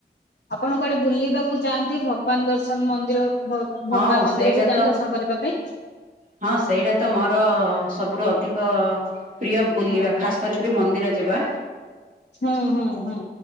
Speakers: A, on the left (about 70°); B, on the right (about 45°).
A: ଆପଣ କୁଆଡ଼େ ବୁଲିବାକୁ ଯାଆନ୍ତି? ଭଗବାନ୍‌ ଦର୍ଶନ୍‌ ମନ୍ଦିର। ଭଗବାନ୍‌
B: ହଁ
A: ମନ୍ଦିରକୁ
B: ସେଇଟା
A: ଯାଆନ୍ତି,
B: ତ
A: ର୍ଶନ କରିବା ପାଇଁ।
B: ହଁ, ସେଇଟା ତ ମର ସବୁଠୁ ଅଧିକ ପ୍ରିୟ ବୁଲିବା।
A: ହୁଁ
B: ଖାସ୍ କରି, କିରି ମନ୍ଦିର ଯିବା।
A: ହୁଁ ହୁଁ ହୁଁ।